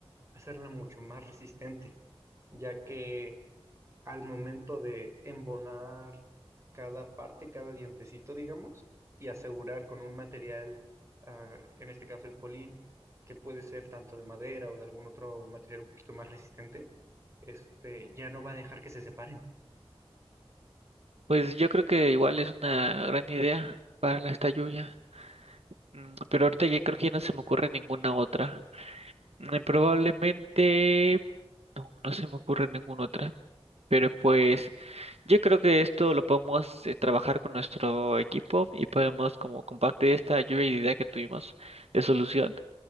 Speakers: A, on the right; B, on the right.
A: hacerla mucho más resistente, ya que al momento de embonar cada parte, cada dientecito, digamos, y asegurar con un material, ah, en este caso el polín, que puede ser tanto de madera o de algún otro material un poquito más resistente, este, ya no va a dejar que se separen.
B: Pues yo creo que igual es una gran idea para la- esta lluvia. Mm, Pero ahorita ya creo que ya no se me ocurre ninguna otra. Mm, Probablemente no, no se me ocurre ninguna otra. Pero pues Yo creo que esto lo podemos eh, trabajar con nuestro equipo y podemos como compartir esta lluvia de idea que tuvimos de solución.